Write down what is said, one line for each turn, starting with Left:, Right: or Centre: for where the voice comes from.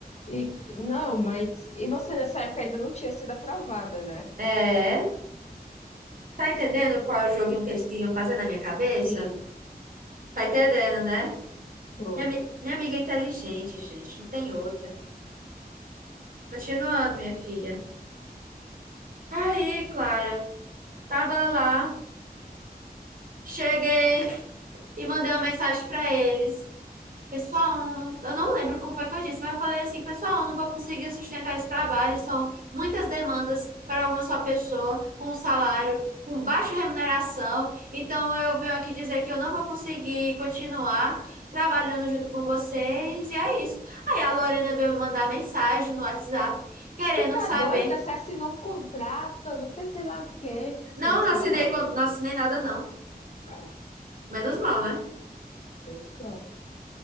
Left: E, não, mas. E você nessa época ainda não tinha sido aprovada, né?
Right: É, tá entendendo qual é o joguinho que eles queriam fazer na minha cabeça?
Left: Sim,
Right: Tá entendendo, né?
Left: tô.
Right: Minha, ami- minha amiga é inteligente, gente, não tem outra. Continuando, minha filha. Aí, Clara, tava lá, cheguei. e mandei uma mensagem pra eles. Pessoal, eu não, eu não lembro como foi que eu disse, mas eu falei assim, pessoal, eu não vou conseguir sustentar esse trabalho, são muitas demandas para uma só pessoa, com um salário, com baixa remuneração, então eu venho aqui dizer que eu não vou conseguir continuar trabalhando junto com vocês, e é isso. Aí a Lorena veio me mandar mensagem no WhatsApp, querendo
Left: Tu tá
Right: saber.
Left: doida? Você assinou um contrato, você sei lá o quê. Você
Right: Não,
Left: não assinou
Right: não assinei,
Left: nada,
Right: con-
Left: né?
Right: não assinei nada, não.
Left: Ah,
Right: Menos mal, né?
Left: menos mal.